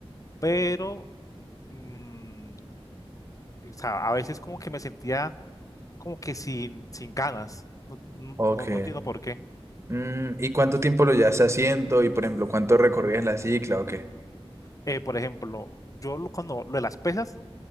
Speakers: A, on the left; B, on the right.
A: pero mm, o sea, a veces como que me sentía como que sin, sin ganas. No, no,
B: Ok.
A: no no entiendo por qué.
B: Mm, ¿y cuánto tiempo lo llevas haciendo? Y por ejemplo, ¿cuánto recorrías la cicla o qué?
A: Eh, por ejemplo, yo lo- cuando lo de las pesas